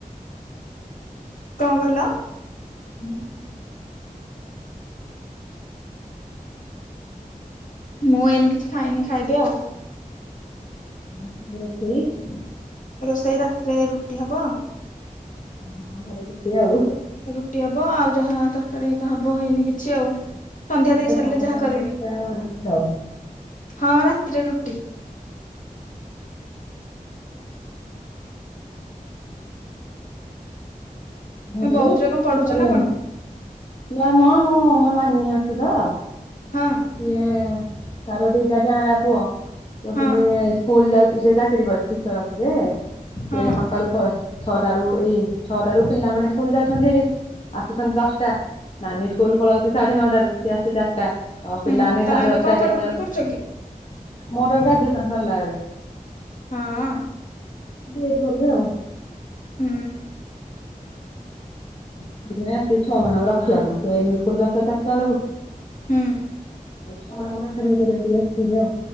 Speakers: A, on the left; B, on the left.
A: କଁ କହିଲ?
B: <inaudible> ଆମୁକୁ
A: ମୁଁ ଏଇନୁ କିଛି ଖାଇନି ଖାଇବି ଆଉ।
B: ରାତିକି ରଖିବି।
A: ରୋଷେଇ ରାତିରେ ରୁଟି ହବ।
B: ସମସ୍ତଙ୍କ ଘରେ ରୁଟି ହବୁହୁ।
A: ରୁଟି ହବ ଆଉ ଯାହା ତରକାରୀ ହେଇକା ହବ ହେଇନି କିଛି ଆଉ। ସନ୍ଧ୍ୟା
B: ଏବେ
A: ଦେଇ ସାରିଲେ
B: ସମସ୍ତଙ୍କ
A: ଯାହା କରିବି
B: ଘରେ ପ୍ରାୟ ରୁଟି ଆଉ।
A: ହଁ ରାତିରେ ରୁଟି।
B: <unintelligible> କି
A: ବୌଦ୍ଧରେ କଣ ପଢୁଛ
B: ସରିଲାଣି
A: ନା କଣ?
B: ନାଇଁ ମ ମୋ ମୋ ନାନୀ ଅଛି ତ
A: ହଁ।
B: ସିଏ ତାର ଦିଟା ଜାଆଁଳା ପୁଅ ତ
A: ହଁ
B: ସିଏ ସ୍କୁଲ ଯାଉ ତୁ ସେଇ ଚାକିରି କରିଛି ଟିଚର୍ ଅଛି ଯେ ସିଏ
A: ହଁ
B: ସକାଳୁ ଛଅ ଛଅଟାରୁ ଏଇ ଛଅଟାରୁ ପିଲାମାନେ ସ୍କୁଲ ଯାଉଛନ୍ତି ହେରି ଆସୁଛନ୍ତି ଦଶଟା। ନାନୀ ସ୍କୁଲ ପଳାଉଛି ସାଢେ ନଅଟାରୁ ସିଏ ଆସୁଚି ଚାରିଟା ଅ
A: ହୁଁ
B: ପିଲାମାନେ
A: ତମେ
B: ସାଢେ
A: ଏବେ
B: ଦଶଟା
A: କଣ
B: ଏଗାରଟା
A: ପଢାପଢି
B: ବେଳୁ
A: କରୁଛ କି?
B: ମୋର ଗ୍ରାଜୁଏସନ୍ ସରିଲା ଏବେ।
A: ହଁ।
B: ବି ଏଡ୍ କରିବି ଆଉ।
A: ହୁଁ।
B: ମୁଁ ସେଇଥିପାଇଁ ଆସିଚି ଛୁଆମାନଙ୍କୁ ରଖିଆକୁ ସିଏ ଏଇନେ ସ୍କୁଲରୁ ଆସିଲା ଚାରିଟା ବେଳୁକୁ
A: ହୁଁ
B: ଆଉ ଛୁଆମାନଙ୍କ ପାଖେରେ <unintelligible>